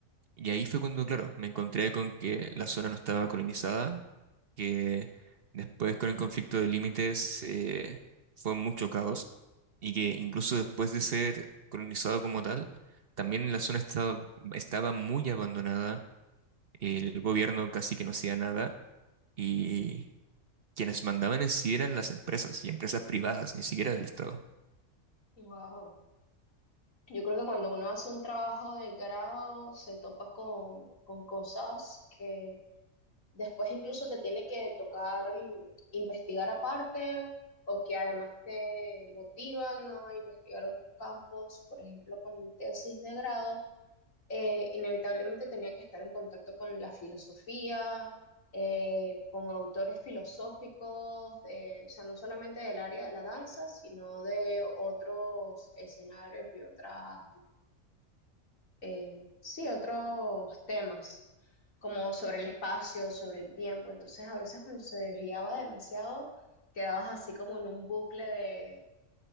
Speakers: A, on the right; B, on the left.
A: Y ahí fue cuando, claro, me encontré con que la zona no estaba colonizada, que después con el conflicto de límites eh, fue mucho caos, y que incluso después de ser colonizado como tal, también la zona estaba, estaba muy abandonada el gobierno casi que no hacía nada y quienes mandaban en sí eran las empresas y empresas privadas, ni siquiera del Estado.
B: Wow. Yo creo que cuando uno hace un trabajo de grado se topa con, con cosas que después incluso te tiene que tocar mm, investigar aparte o que además te motivan a investigar otros campos. Por ejemplo, con mi tesis de grado. eh, inevitablemente tenía que estar en contacto con la filosofía, eh, con autores filosóficos, de- o sea, no solamente del área de la danza, sino de otros escenarios y otras, eh, sí, otros temas, como sobre el espacio, sobre el tiempo. Entonces, a veces cuando se desviaba demasiado, quedabas así como en un bucle de,